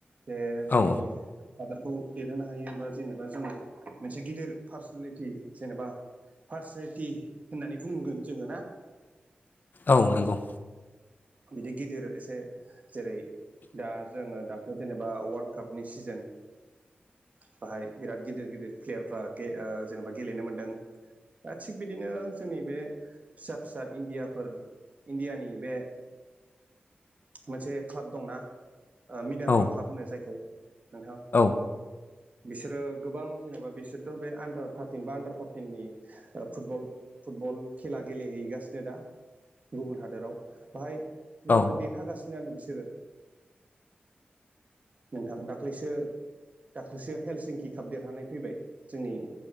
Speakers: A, on the right; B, on the left.
A: जे जोंनि
B: औ
A: हादोरखौ देरहोनो हायो बा जेनेबा जोंङो मोनसे गिदिर पार्सनेलिटि जेनेबा पार्सनेलिटि होननानै बुंगोन जोङो ना।
B: औ नंगौ।
A: बिदि गिदिर एसे जेरै दा जोङो दा जेनेबा वाल्ड कापनि सिजेन बाहाय बिराद गिदिर-गिदिर प्लेयारफ्रा गे ओ जेनेबा गेलेनो मोनदों। दा थिग बिदिनो जोंनि बे फिसा-फिसा इण्डियाफोर इण्डियानि बे मोनसे क्लाब दंना। मिनारबा
B: औ
A: क्लाब होनो जायखौ नोंथां।
B: औ
A: बिसोरो गोबां जेनेबा बिसोरथ' बे आन्दार थार्टिन बा आन्दार फरटिननि फुटबल फुटबल खेला गेलेहैगासिनो दा गुबुन हादोराव। बाहाय
B: औ
A: गो देरहागासिनो आरो बिसोरो नोंथां दाख्लैसो दाख्लैसो हेल्थ सिंकि काप देरहानानै फैबाय जोंनि